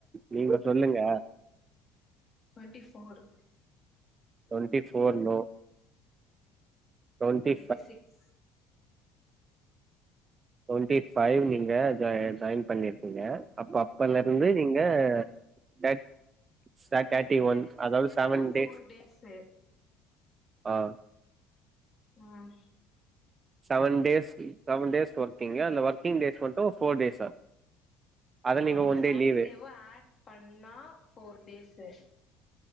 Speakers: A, on the right (about 30°); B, on the left (about 25°).
A: நீங்க சொல்லுங்க
B: twenty four
A: twenty four no twenty
B: twenty six
A: twenty five நீங்க ஜா ஜாய்ன் பண்ணிருக்கீங்க அப்ப அப்பல
B: ம்
A: இருந்து நீங்க <unintelligible> சர் டர்டி
B: சாட்டர்டேவு
A: ஒன் அதாவது
B: சேத்தா
A: சவன்
B: ஃபோர்
A: டேஸ்
B: டேஸு
A: ஆஹ்
B: ஆஹ்
A: seven days seven days working அந்த ஒர்கிங் டேஸ் மட்டும் ஃபோர் டேஸா அத நீங்க
B: ஆமா
A: ஒன்
B: சாட்டர்டேவு
A: டே லீவு
B: ஆட் பண்ணா ஃபோர் டேஸு <inaudible>